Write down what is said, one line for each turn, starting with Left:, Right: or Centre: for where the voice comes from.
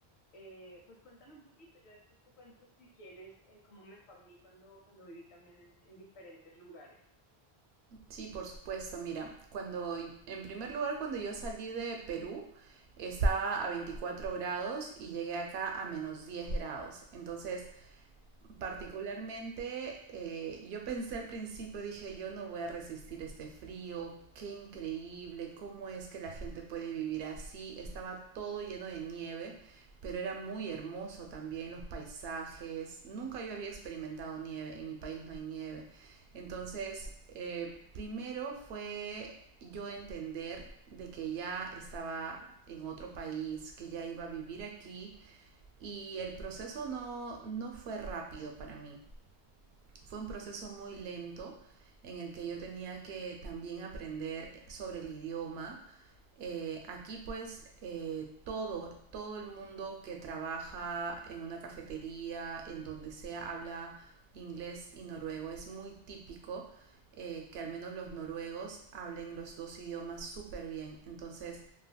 Left: eh, pues cuéntame un poquito, yo después te cuento si quieres eh, cómo me fue a mí cuando, cuando viví también en en diferentes lugares.
Right: Sí, por supuesto. Mira, cuando, en primer lugar, cuando yo salí de Perú, estaba a 24 grados y llegué acá a menos 10 grados. Entonces, Particularmente, eh, yo pensé al principio, dije, yo no voy a resistir este frío, qué increíble, cómo es que la gente puede vivir así. Estaba todo lleno de nieve, pero era muy hermoso también los paisajes. Nunca yo había experimentado nieve, en mi país no hay nieve. Entonces, eh, primero fue yo entender de que ya estaba en otro país, que ya iba a vivir aquí y el proceso no, no fue rápido para mí. Fue un proceso muy lento en el que yo tenía que también aprender sobre el idioma. Eh, aquí pues eh, todo, todo el mundo que trabaja en una cafetería, en donde sea, habla inglés y noruego. Es muy típico eh, que al menos los noruegos hablen los dos idiomas súper bien. Entonces